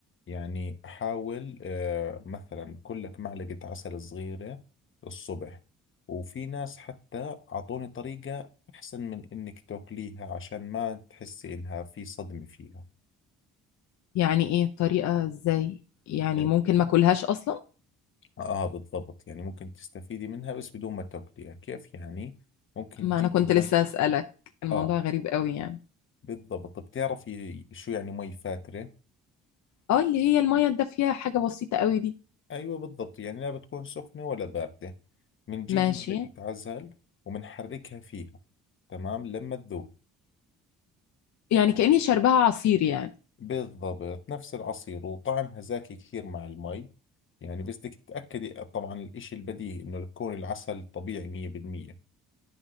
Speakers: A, on the left; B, on the left.
A: يعني حاول آه مثلا كلك معلقة عسل صغيرة الصبح وفي ناس حتى أعطوني طريقة أحسن من إنك تاكليها عشان ما تحسي إنها في صدمة فيها
B: يعني ايه الطريقة ازاي؟ يعني
A: إيه.
B: ممكن ما اكلهاش اصلا؟
A: آه بالضبط يعني ممكن تستفيدي منها بس بدون ما تاكليها كيف يعني ممكن
B: ما
A: تجيبي
B: انا كنت
A: مي
B: لسه اسألك الموضوع
A: آه
B: غريب قوي يعني
A: بالضبط بتعرفي شو يعني مي فاترة
B: اه اللي هي المية الدافية حاجة بسيطة قوي دي
A: أيوة بالضبط يعني لا بتكون سخنة ولا باردة بنجيب
B: ماشي
A: معلقة عسل وبنحركها فيها تمام لما تذوب
B: يعني كأني شربها عصير يعني
A: بالضبط نفس العصير وطعمها زاكي كثير مع المي يعني بس بدك تتأكدي طبعا الإشي البديهي إنه يكون العسل طبيعي مية بالمية